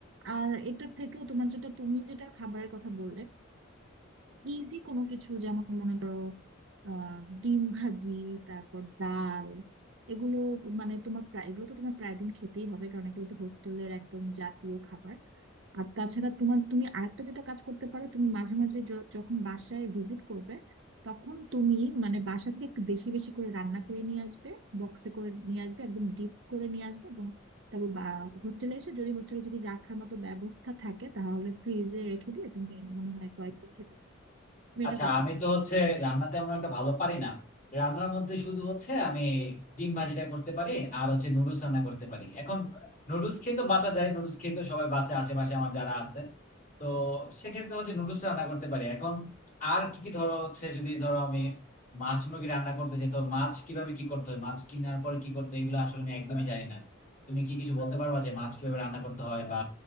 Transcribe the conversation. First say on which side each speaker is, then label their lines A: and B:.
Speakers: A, on the right (about 60°); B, on the left (about 45°).
A: আর এটার থেকেও তোমার যেটা তুমি যেটা খাবারের কথা বললে ইজি কোনো কিছু যেমন মনে করো আহ ডিম ভাজি তারপর ডাল এগুলো মানে তোমার প্রায় এগুলো তো তোমার প্রায় দিন খেতেই হবে কারণ এগুলো তো হোস্টেলের একদম জাতীয় খাবার আর তাছাড়া তোমার তুমি আরেকটা যেটা কাজ করতে পারো তুমি মাঝে মাঝে য- যখন বাসায় ভিজিট করবে তখন তুমি মানে বাসা থেকে একটু বেশি বেশি করে রান্না করে নিয়ে আসবে বক্সে করে নিয়ে আসবে একদম ডিপ করে নিয়ে আসবে এবং তারপর হোস্টেলে এসে যদি হোস্টেলে যদি রাখার মতো ব্যবস্থা থাকে তাহলে ফ্রিজে রেখে দিয়ে তুমি মনে হয় কয়েকদিন খেতে পারবে। তুমি
B: আচ্ছা
A: এটা করতে
B: আমি
A: পারি
B: তো হচ্ছে রান্না তেমন একটা ভালো পারি না রান্নার মধ্যে শুধু হচ্ছে আমি ডিম ভাজিটা করতে পারি আর হচ্ছে নুডলস রান্না করতে পারি এখন নুডলস খেয়ে তো বাঁচা যায় নুডলস খেয়ে তো সবাই বাঁচে আশেপাশে আমার যারা আছে তো সেক্ষেত্রে হচ্ছে নুডলস রান্না করতে পারি এখন আর কি কি ধরো হচ্ছে যদি ধরো আমি মাছ মুরগি রান্না করতে যেত মাছ কিভাবে কি করতে হয় মাছ কেনার পরে কি করতে হয় এগুলো আসলে আমি একদমই জানি না তুমি কি কিছু বলতে পারবা যে মাছ কিভাবে রান্না করতে হয় বা